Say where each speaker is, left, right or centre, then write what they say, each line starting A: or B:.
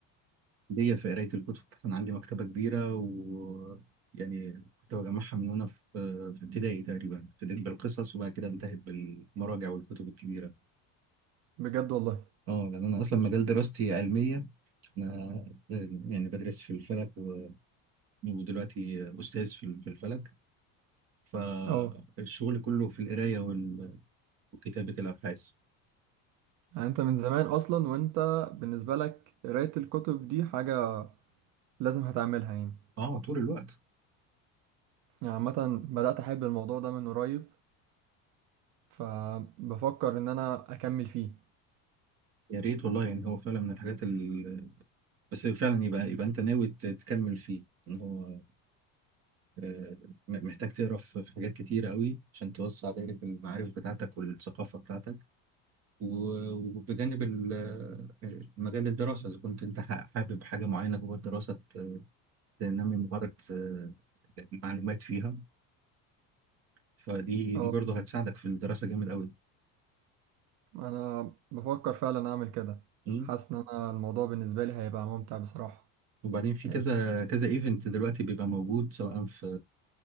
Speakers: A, on the right; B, on the right.
A: ليا في قراية الكتب أنا عندي مكتبة كبيرة ويعني كنت بجمعها من وأنا في في ابتدائي تقريبا ابتديت بالقصص وبعد كده انتهت بالمراجع والكتب الكبيرة
B: بجد والله
A: اه لأن أنا أصلا مجال دراستي علمية أنا يعني بدرس في الفلك و- ودلوقتي أستاذ في في الفلك فالشغل
B: اه
A: كله في القراية وال- وكتابة الأبحاث
B: يعني انت من زمان اصلا وانت بالنسبه لك قرايه الكتب دي حاجه لازم هتعملها يعني
A: اه طول الوقت
B: يعني عامة بدأت أحب الموضوع ده من قريب فبفكر إن أنا أكمل فيه
A: يا ريت والله يعني هو فعلا من الحاجات ال... بس فعلا يبقى يبقى أنت ناوي ت- تكمل فيه إن هو آه، م- محتاج تقرا في في حاجات كتيرة قوي عشان توسع دايرة المعارف بتاعتك والثقافة بتاعتك و- وبجانب ال- آه، مجال الدراسة إذا كنت أنت ح- حابب حاجة معينة جوه الدراسة ت- تنمي مهارة آه، المعلومات فيها فدي
B: أه
A: دي برضه هتساعدك في الدراسة جامد قوي
B: أنا بفكر فعلا أعمل كده
A: مم.
B: حاسس إن أنا الموضوع بالنسبة لي هيبقى ممتع بصراحة
A: وبعدين في
B: ال-
A: كذا كذا ايفنت دلوقتي بيبقى موجود سواء في